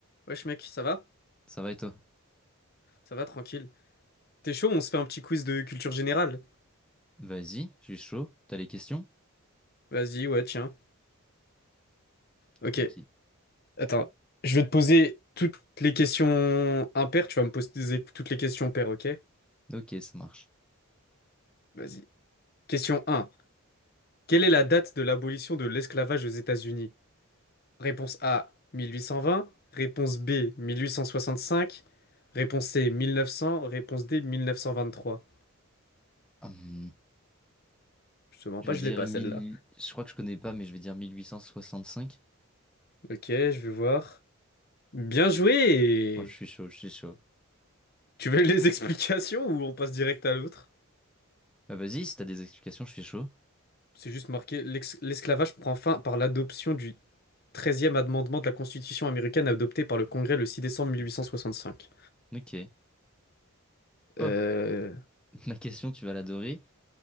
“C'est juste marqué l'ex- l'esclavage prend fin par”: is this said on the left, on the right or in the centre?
Left